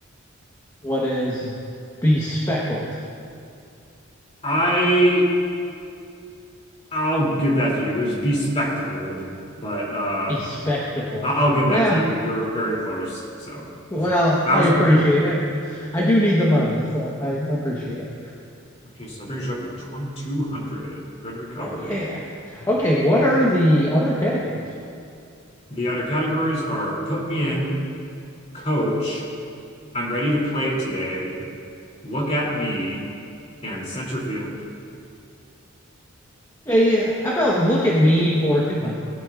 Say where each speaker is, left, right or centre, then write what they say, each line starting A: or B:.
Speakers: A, on the left; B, on the left.
A: What is bespeckled?
B: I I'll give that to you. It was bespectacled, but uh
A: Bespectacled.
B: I- I'll give that
A: Yeah,
B: to you. You're very close. So,
A: well,
B: 1000
A: I appreciate
B: for you.
A: it. I do need the money, so I appreciate it.
B: Okay, so that brings you up to 2200. Good recovery.
A: Oh, yeah. Okay, what are the other categories?
B: The other categories are put me in, coach, I'm ready to play today. Look at me and center field.
A: Okay, how about look at me for 200?